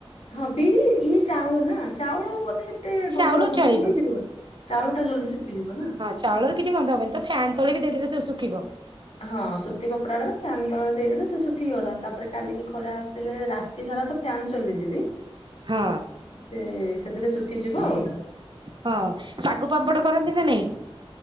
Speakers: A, on the left; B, on the right.
A: ହଁ ବିରି ଇ ଚାଉଳ ନା ଚାଉଳ ବୋଧେ ଏତେ
B: ଚାଉଳ
A: ଗନ୍ଧ ହବନି
B: ଚଳିବ
A: ଶୁଖିଯିବ ଚାଉଳ ଟା ଜଲ୍ଦି ଶୁଖିଯିବ ନା।
B: ଚାଉଳରେ କିଛି ଗନ୍ଧ ହବନି ତ ଫ୍ୟାନ୍ ତଳେ ବି ଦେଇଦେଲେ ସେ ଶୁଖିବ।
A: ହଁ ସୁତି କପଡାଟାର ଫ୍ୟାନ୍ ତଳେ ଦେଇଦେଲେ ସେ ଶୁଖିଗଲା ତାପରେ କାଲିକି ଖରା ଆସିଲେ ରା ତି ସାରା ତ ଫ୍ୟନ୍ ଚଲେଇଦେବି।
B: ହଁ।
A: ସେ ସେଥିରେ ଶୁଖିଯିବ ଆଉ।
B: ହଁ ଶାଗୁ ପାମ୍ପଡ କରନ୍ତି ନା ନାଇଁ?